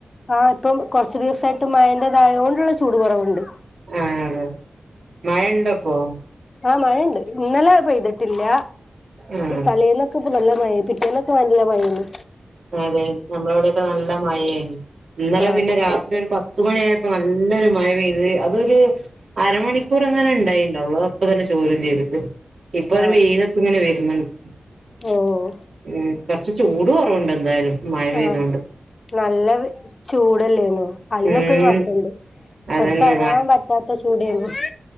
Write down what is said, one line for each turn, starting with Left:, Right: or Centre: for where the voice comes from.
Left: ആ ഇപ്പം കൊറച്ചു ദിവസായിട്ട് മയന്റെതായോണ്ട്ള്ള ചൂട് കൊറവ്ണ്ട്
Right: ആ അതെ മഴ ഇണ്ടപ്പോ?
Left: ആ മഴണ്ട് ഇന്നലെ പെയ്ത്ട്ട്ല്ല
Right: ആഹ്
Left: തലേന്ന് ക്കെ നല്ല മഴയ്ത് പിറ്റേന്നൊക്കെ നല്ല മയെന്നു
Right: അതെ നമ്മളവിടൊക്കെ നല്ല മഴയേനി ഇന്നലെ
Left: ആഹ്
Right: പിന്നെ രാത്രി ഒരു പത് ത്ത് മണിയായപ്പൊ നല്ലൊരു മഴ പെയ്ത് അതൊരു അരമണിക്കൂർ അങ്ങനെ ഇണ്ടായിണ്ടാവൊള്ളൂ അത്അപ്പ തന്നെ ചോരും ചെയ്ത് ഇപ്പൊ ഒരു
Left: ആഹ്
Right: വെയിലൊക്കെ ഇങ്ങനെ വരുന്ന്ണ്ട്
Left: ഓഹ്
Right: മ് കൊറച്ച് ചൂട് കൊറവ്ണ്ട് എന്തായാലും മഴ പെയ്തോണ്ട്
Left: ആഹ് നല്ല ചൂടല്ലേന്നോ അതിനന്നൊക്കെ
Right: ഉം
Left: ഒരു മാറ്റണ്ട്
Right: അതന്നെ
Left: പൊറത്തറങ്ങാൻ പറ്റാത്ത ചൂടേന്നു